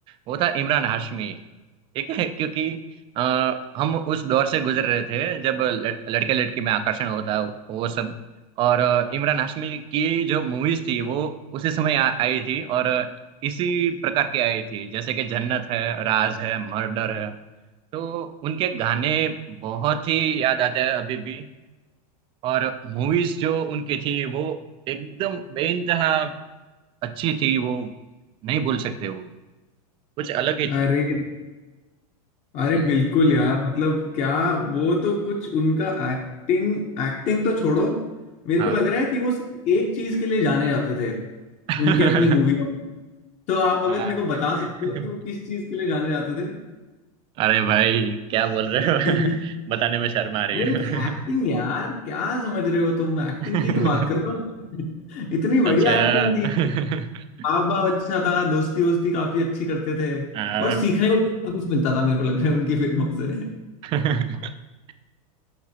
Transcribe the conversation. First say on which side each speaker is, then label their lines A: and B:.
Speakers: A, on the right (about 25°); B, on the left (about 35°).
A: वो था इमरान हाशमी ठीक है <laughs> क्योंकि आ, हम उस दौर से गुजर रहे थे जब लड़के लड़की में आकर्षण होता है वो सब और अ, इमरान हाशमी की जो मूवीज थी वो उसी समय आ, आई थी और अ, इसी प्रकार की आई थी जैसे कि जन्नत है राज है मर्डर है तो उनके गाने बहुत ही याद आते हैं अभी भी और मूवीज जो उनकी थी वो एकदम बेइंतहा अच्छी थी वो नहीं भूल सकते वो कुछ अलग ही थी
B: अरे अरे
A: जी
B: बिल्कुल यार मतलब क्या वो तो कुछ उनका एक्टिंग एक्टिंग तो छोड़ो मेरे
A: हाँ
B: को लग रहा है कि वो सिर्फ एक चीज के लिए जाने जाते थे
A: <laughs>
B: उनके अपनी मूवी में तो आप अगर
A: हाँ
B: मेरे को
A: <laughs>
B: बता सकते हो कि वो किस चीज के लिए जाने जाते थे
A: अरे भाई क्या बोल रहे हो
B: <laughs>
A: <laughs> बताने में शर्म आ रही
B: अरे
A: है
B: उनकी एक्टिंग यार क्या समझ रहे हो तुम एक्टिंग
A: <laughs>
B: की तो बात कर रहे हो <laughs> इतनी
A: अच्छा
B: बढ़िया एक्टिंग थी
A: <laughs>
B: हाव भाव अच्छा था दोस्ती वोस्ती काफी अच्छी करते थे
A: हाँ
B: और सीखने को भी बहुत कुछ मिलता था मेरे को लग रहा है उनकी फिल्मों से <laughs>
A: <laughs>